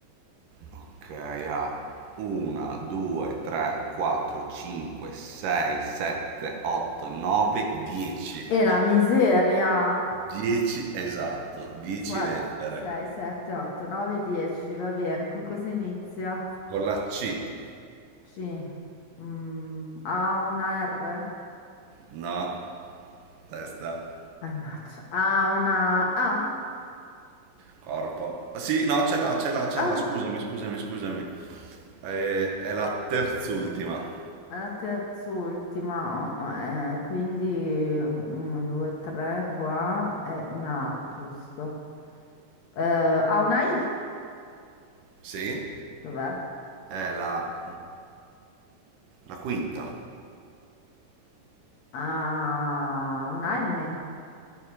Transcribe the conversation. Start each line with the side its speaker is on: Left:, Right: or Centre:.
Right: Ok, ha 1, 2, 3, 4, 5, 6, 7, 8, 9, 10.
Left: E la miseria.
Right: 10 esatto, 10
Left: 4,
Right: lettere.
Left: 5, 6, 7, 8, 9, 10, va bene. Con cosa inizia?
Right: Con la C,
Left: C. Mm, ha una R?
Right: no, testa,
Left: Mannaggia. Ha una A?
Right: corpo. Sì, no, ce l'ha, ce l'ha, ce
Left: Ah,
Right: l'ha, scusami, scusami, scusami. È, è la terz'ultima.
Left: è la terz'ultima. oh, eh, quindi 1, 2, 3 qua e una A, giusto. Eh, ha una I?
Right: Sì,
Left: Dov'è?
Right: è la, la quinta,
Left: Ha una M?